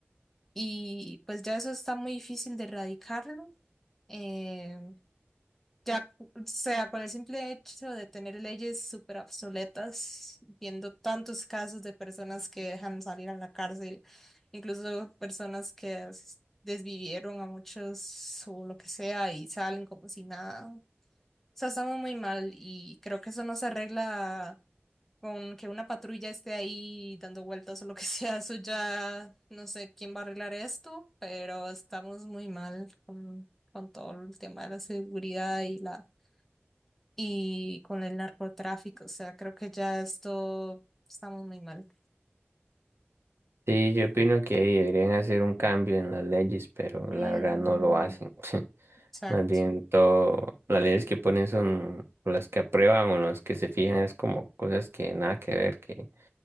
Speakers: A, in the centre; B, on the right.
A: y pues ya eso está muy difícil de erradicarlo. Eh, Ya, o sea, con el simple hecho de tener leyes súper obsoletas, viendo tantos casos de personas que dejan salir a la cárcel, incluso personas que s- desvivieron a muchos o lo que sea y salen como si nada. O sea, estamos muy mal y creo que eso no se arregla con que una patrulla esté ahí dando vueltas o lo que <laughs> sea. Eso ya no sé quién va a arreglar esto, pero estamos muy mal con, con todo el tema de la seguridad y la y con el narcotráfico. O sea, creo que ya esto estamos muy mal.
B: Sí, yo opino que ahí deberían hacer un cambio en las leyes, pero la
A: Mm,
B: verdad no lo hacen. <laughs>
A: exacto.
B: Más bien todo, las leyes que ponen son o las que aprueban o las que se fijan es como cosas que nada que ver, que